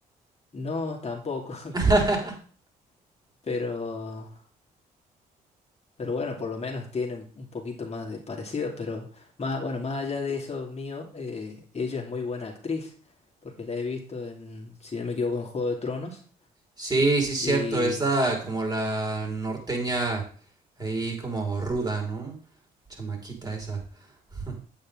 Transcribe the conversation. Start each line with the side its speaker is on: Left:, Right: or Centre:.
Left: no tampoco,
Right: <laughs>
Left: <laughs> pero Pero bueno, por lo menos tiene un un poquito más de parecido, pero más, bueno, más allá de eso mío, eh, ella es muy buena actriz, porque la he visto en, si no me equivoco, en Juego de Tronos.
Right: Sí, sí, cierto,
Left: Y
Right: es la como la norteña ahí como ruda, ¿no? Chamaquita esa. <laughs>